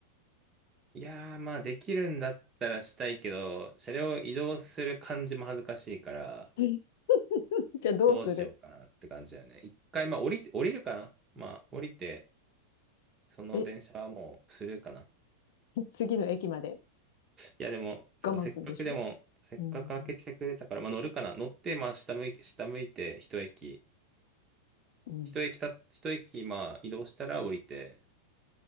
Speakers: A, on the right; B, on the left.
A: いやー、まあ、できるんだったらしたいけど、車両を移動する感じも恥ずかしいから、
B: <laughs> じゃあどうする
A: どうしようかなって感じだよね。一回、まあ、降りて、降りるかなまあ、降りて、その電車はもうスルーかな。
B: え、次の駅まで
A: いや、でも、そうか、
B: 我慢するんでしょ
A: せっかくでも、せっかく開けてくれたから、
B: うん。
A: まあ、乗るかな。乗って、まあ、下向い、下向いて、一駅。
B: うん。
A: 一駅た、一駅、まあ、移動したら降りて、